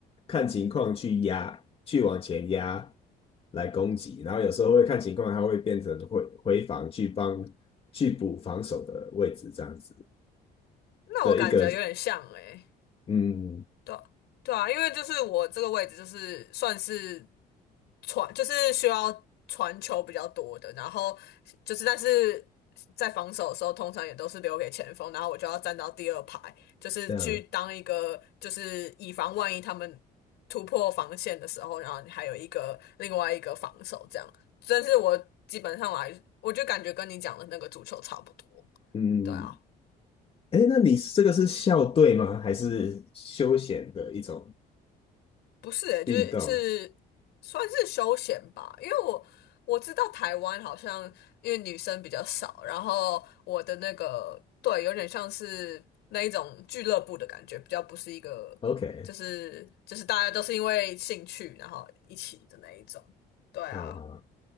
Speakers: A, on the left; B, on the left.
A: 看情况去压，去往前压来攻击，然后有时候会看情况，他会变成回回防去帮去补防守的位置这样子
B: 那我感觉有点像诶、
A: 的一个，嗯，
B: 对啊对啊，因为就是我这个位置就是算是传，就是需要传球比较多的，然后就是但是在防守的时候，通常也都是留给前锋，然后我就要站到第二排，就是去当一个就是以防万一他们突破防线的时候，
A: 这样。
B: 然后你还有一个另外一个防守这样。但是我基本上来，我就感觉跟你讲的那个足球差不多，
A: 嗯，
B: 对啊。
A: 哎，那你这个是校队吗？还是休闲的一种
B: 不是欸，
A: 运动
B: 就是是算是休闲吧，因为我我知道台湾好像因为女生比较少，然后我的那个对，有点像是那一种俱乐部的感觉，比较不是一个就是就是大家都是因为兴趣然后一起的那一种。
A: ？OK，
B: 对啊，
A: 好好，